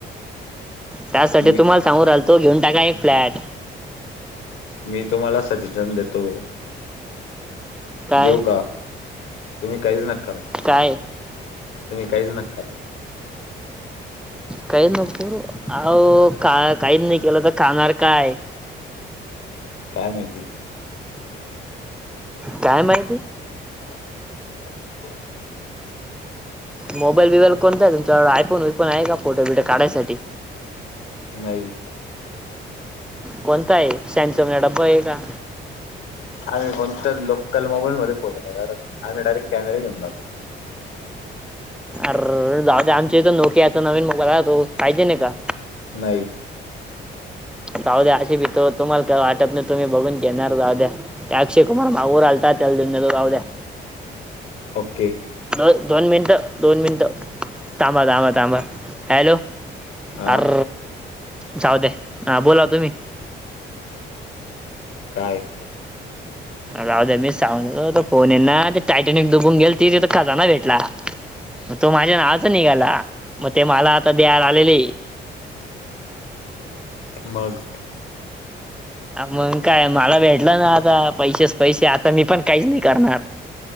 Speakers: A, in the centre; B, on the left (about 80°).
A: त्यासाठी
B: मी
A: तुम्हाला सांगू राहिलतो घेऊन टाका एक फ्लॅट
B: मी तुम्हाला सजेशन देतो
A: काय
B: देऊ का तुम्ही काहीच न करा
A: काय
B: तुम्ही काहीच न करा
A: काही नको रे आहो का काहीच नाही केलं तर खाणार काय?
B: काय माहिती
A: काय माहिती
B: <inaudible>
A: मोबाईल बिबाईल कोणता आहे तुमचा आयफोन विईफोन आहे का फोटो बिटो काढायसाठी
B: नाही
A: कोणता आहे सॅमसंग या डंबा आहे का
B: आम्ही कोणत्या लोकल मोबाईल मध्ये फोटो नाही कारण आम्ही डायरेक्ट कॅमेरे घेऊन जहतो
A: अर जा आमच्या इथं नोक्या आता नवीन मोबाईल तो पाहिजेल का
B: नाही
A: जााऊद्या असे भी तो तुम्हाला का वाटत नाही तुम्ही बघून घेणार जााऊद्या ते अक्षय कुमार भावूबर आलता त्याल राव द <inaudible>
B: ओके
A: दोन दोन मिनिटं दोन मिनटं थांब थांब थांबा हॅलो
B: हा
A: अर जाऊ दे हा बोला तुम्ही
B: काय
A: राहुदे ना मी सागंतो फोन ये ना ते टायटॅनिक दुबून गेल ती तिथं खजाना भेटला तो माझ्या नावाचा निघाला मग ते मला आता द्यायला आलेले
B: मग
A: मग काय मला भेटलं ना आता पैसेच पैसे आता मी पण काहीच नाही करणार